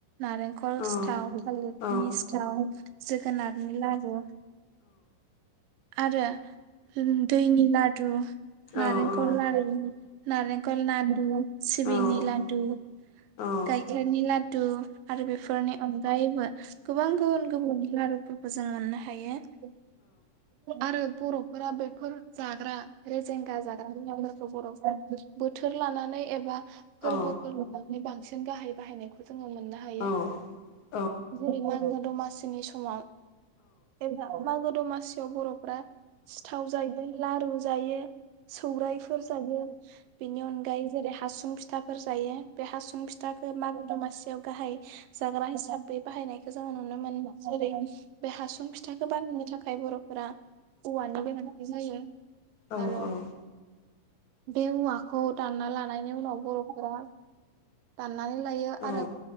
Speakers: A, on the right (about 85°); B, on the left (about 65°).
A: नारेंखल
B: उम
A: सिथाव
B: औ
A: मिस्थाव जोगोनारनि लारु आरो उम दैनि लदु नारेंखल
B: औ औ
A: लारु नारेंखल लादु सिबिंनि
B: औ औ
A: लादु
B: औ
A: गायखेरनि लादु आरो बेफोरनि अनगायैबो गोबां गुबुन गुबुन लारुफोरखौ जों मोननो हायो आरो बर'फोरा बेफोर जाग्रा रेजेंगा जाग्रा <unintelligible> बोथोर लानानै एबा फोर्बो
B: औ
A: <unintelligible> नि बां गाहाय बाहायनायखौ जोङो मोननो हायो
B: औ औ
A: जेरै मागो दमासिनि समाव एबा मागो दमासियाव बर'फ्रा सिथाव जायो लारु जायो सौराइफोर जायो बेनि अनगायै जेरै हासुं फिथाफोर जायो बे हासुं फिथ थाखो मागो दमासियाव गाहाय जाग्रा हिसाबै बाहायनायखो जोङो नुनो मोनो जेरै बे हासुं फिथाखौ बानायनो थाखाय फाय बर'फोरा औवानिबो मोन्नाय जायो
B: औ
A: आरो
B: औ
A: बे औवाखौ दानना लानायनि उनाव बर'फोरा दाननानै लायो
B: औ
A: आरो